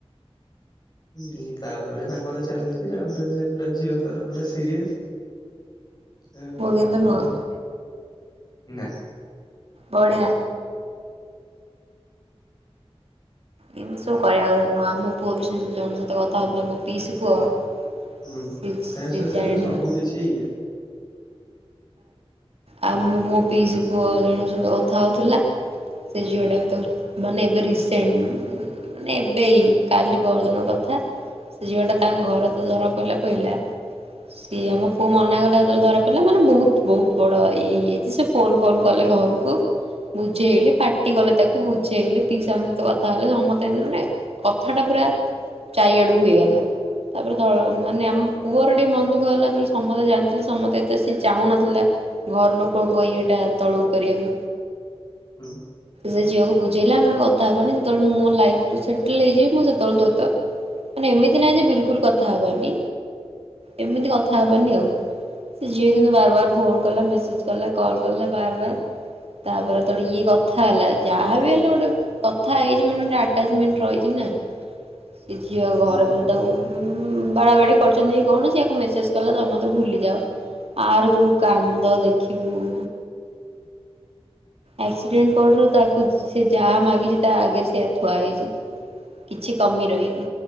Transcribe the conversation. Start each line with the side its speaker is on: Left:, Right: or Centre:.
Left: ହୁଁ ତାପରେ ତାଙ୍କର ଚାଲିଛି ତାପରେ ସେ ପୁରା ଝିଅତ ପୁରା ସିରିଏସ ହଁ
Right: ପୁଅ କିନ୍ତୁ ନୁହଁ
Left: ହୁଁ ନା
Right: ବଢିଆ ଏମିତି ସବୁ କହିବା କଥା ନୁହଁ ଆମ ପୁଅବି ସେମିତି ଜଣଙ୍କ ସହିତ କଥା ହଉଥିଲା ମୋ ପିଇସି ପୁଅ
Left: ହୁଁ
Right: ସେ
Left: ତା
Right: ସେ
Left: ସହିତ
Right: ଜାଣି
Left: କିନ୍ତୁ ସବୁ କିଛି ଇଏ
Right: ଆଉ ମୋ ମୋ ପିଇସି ପୁଅ ଜଣଙ୍କ ସହିତ କଥା ହଉଥିଲା ସେ ଝିଅଟା ବି ତାକୁ ମାନେ ଏବେ ରିସେଣ୍ଟ ମାନେ ଏବେ ଏଇ କାଲି ପହରଦିନ କଥା ସେ ଝିଅଟା ତାଙ୍କ ଘରେତ ଧରା ପଇଲା ପଇଲା ସିଏ ଆମ ପୁଅ ମନା କଲା ଯେତେବେଳେ ଧରାପଡ଼ିଲା ମାନେ ବହୁତ ବହୁତ ବଡ ଇଏ ହେଇଯାଇଛି ସେ ଫୋନ ଫୋନ କଲେ ଘରକୁ ବୁଝେଇଲେ ପାଟିକଲେ ତାକୁ ବୁଝେଇଲେ ପିଇସାଙ୍କଟସହିତ କଥା ହେଲେ ସମସ୍ତେ ଏମିତି ମାନେ କଥା ଟା ପୁରା ଚାଇିଆଡୁକୁ ହେଇଗଲା ତାପରେ ଧ ମାନେ ଆମ ପୁଅର ଟିକେ ମନଦୁଃଖ ହେଲା ତେଣୁ ସମସ୍ତେ ଜାଣିଥିଲେ ସମସ୍ତେ ଏତେ ସି ଚାହୁଁ ନଥିଲା ଘର ଲୋକଙ୍କ ଇଏଟା ତଳୁକୁ କରିବାକୁ
Left: ହୁଁ
Right: ସେ ଝିଅକୁ ବୁଝେଇଲେ ଆମେ ବି କଥା ତାମାନେ ଯେତେବେଳେ ମୁଁ ମୋ ଲାଇଫରେ ସେଟଲ ହେଇଯିବି ମୁଁ ସେତବେଳେ ତୋ ସଇତ ଏମିତି ନାହିଁଯେ ବିଲିକୁଲ କଥାହେବାନି ଏମିତି କଥାହବାନି ଆଉ ଯିଏ କିନ୍ତୁ ବାରବାର ଫୋନ କଲା ମେସେଜ କଲା କଲକଲା ବାରବାର ତାପରେ ତ ଇଏ କଥା ହେଲା ଯାହାବି ହେଲେ ଗୋଟେ କଥା ହେଇଛି ମାନେ ଗୋଟେ ଅଟଚମେଣ୍ଟ ରହିଛି ନା ସେ ଝିଅ ଘର
Left: ହୁଁ ହୁଁ।
Right: ବୁଲୁଥାଉ ବାଡା ବାଡି କରିଚନ୍ତି କି କଣ ସିଏ ମେସେଜ କଲା ତମେମତେ ଭୁଲିଯାଅ ଆର ଯୋଉ କାନ୍ଦ ଦେଖିବୁ ଆକ୍ସିଡେଣ୍ଟ ପରଠାରୁ ତାକୁ ସେ ଯାହା ମାଗିଛି ତା ଆଗରେ ସେୟା ଥୁଆ ହେଇଛି କିଛି କମି ରହିନି